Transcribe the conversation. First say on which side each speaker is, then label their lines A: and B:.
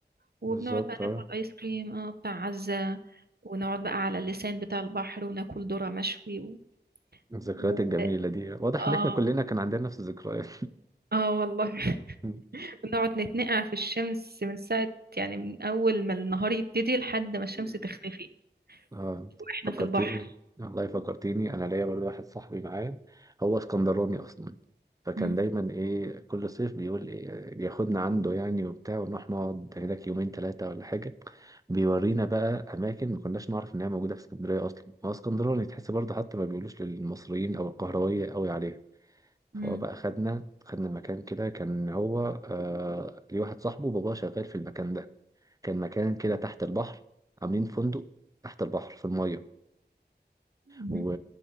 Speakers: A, on the right (about 60°); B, on the right (about 20°).
A: وبنقعد
B: بالظبط
A: بقى
B: اه
A: ناكل آيس كريم اه بتاع عزة ونقعد بقى على اللسان بتاع البحر وناكل ذرة مشوي و...
B: الذكريات
A: و...
B: الجميلة دي واضح
A: اه
B: ان احنا كلنا كان عندنا نفس الذكريات
A: اه والله <laughs>
B: <laughs>
A: بنقعد نتنقع في الشمس من ساعة يعني من أول ما النهار يبتدي لحد ما الشمس
B: مم.
A: تختفي
B: اه
A: واحنا
B: فكرتيني
A: في البحر
B: والله فكرتيني انا ليا برضه واحد صاحبي معايا هو اسكندراني اصلا فكان
A: مم.
B: دايما ايه كل صيف بيقول ايه بياخدنا عنده يعني وبتاع ونروح نقعد هناك يومين ثلاثه ولا حاجه بيورينا بقى اماكن ما كناش نعرف ان هي موجوده في اسكندريه اصلا هو اسكندراني تحس برضه حتى ما بيقولوش للمصريين او القهرويه قوي عليها
A: مم.
B: فهو بقى خدنا خدنا مكان كده كان هو آه ليه واحد صاحبه باباه شغال في المكان ده كان مكان كده تحت البحر عاملين فندق تحت البحر في الميه
A: مم.
B: و...